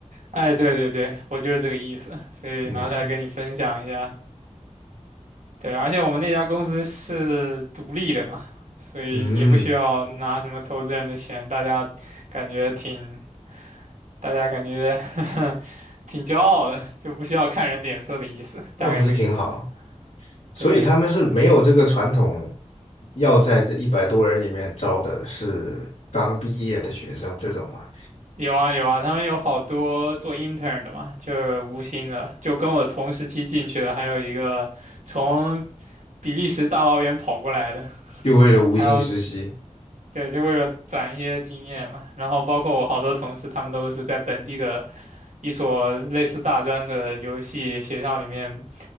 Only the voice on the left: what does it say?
嗯
嗯，
那不是挺好。
所以他们是没有这个传统，
要在这一百多人里面招的是刚毕业的学生这种嘛，
就为了无薪实习。